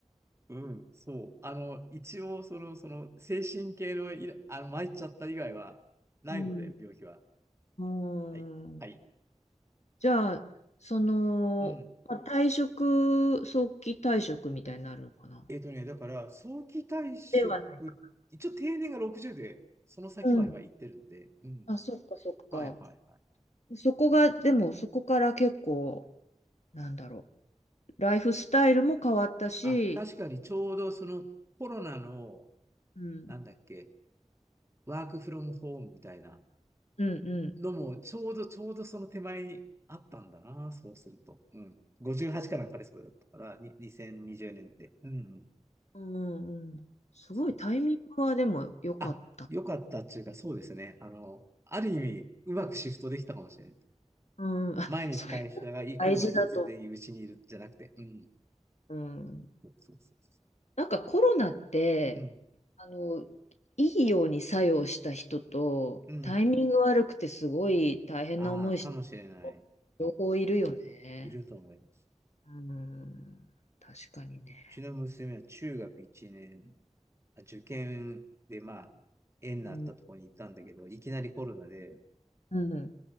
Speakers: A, on the right; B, on the left.
A: うん、そう。あの、一応、その、その、精神系のいら、あの、参っちゃった以外はないので、
B: ううん
A: 病気は。
B: うん
A: はい。はい。
B: じゃあその、
A: うん。
B: まあ、退職早期退職みたいになるのかな
A: えっとね、だから、早期退職、
B: ではないか。
A: 一応定年が60で、その先までは行ってるので、
B: うん。
A: うん。
B: あ、そっかそっか。
A: はいはいはい。
B: そこが、でもそこから結構、なんだろう。ライフスタイルも変わったし、
A: あ、確かにちょうどそのコロナの、
B: うん、
A: なんだっけ、ワークフロムホームみたいな
B: うんうん
A: のも、ちょうどちょうどその手前にあったんだな、そうすると。うん。58かなんかでそれだったから、に2020年って。うん。
B: うんうん、すごいタイミングはでも良かった。
A: そう。あ、よかったっていうか、そうですね。あの、ある意味、うまくシフトできたかもしれない。
B: うん、あ、
A: 毎日会社が行くのが突然うちにいるじゃなくて、
B: それ大事だと。
A: うん。
B: うん、
A: そうそうそうそ
B: なんかコロナって、
A: う。うん。
B: あの、いいように作用した人と、
A: うん。
B: タイミング悪くてすごい大変な思いした人、
A: ああ、かもしれない。
B: 両方いるよね。
A: うんいると思います。
B: うん、確かにね。
A: ちの娘は中学1年、あ受験でまあ、縁になったところに行ったんだけど、
B: うん。
A: いきなりコロナで、
B: うん。